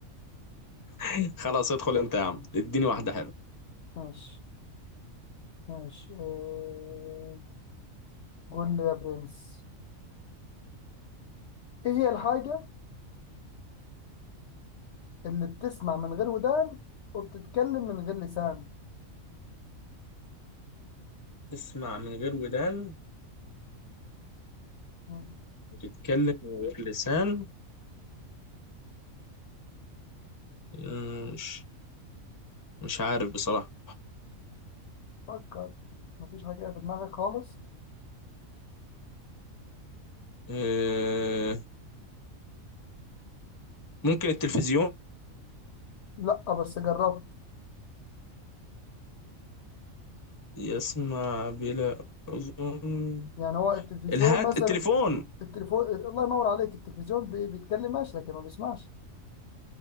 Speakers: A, on the left; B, on the left.
A: <laughs> خلاص ادخل انت يا عم اديني واحده حلوه
B: ماشي ماشي آه، قول لي يا برنس ايه هي الحاجة اللي بتسمع من غير ودان وبتتكلم من غير لسان
A: تسمع من غير ودان
B: مم.
A: وتتكلم من غير لسان أمم، مش مش عارف بصراحه
B: فكر مفيش حاجة في دماغك خالص
A: أه، ممكن التلفزيون
B: لا بس جربت
A: يسمع بلا اذن
B: يعني هو التلفزيون
A: الهات
B: مثلا
A: التليفون
B: التليفون الله ينور عليك التلفزيون بي- بيتكلمش لكن ما بيسمعش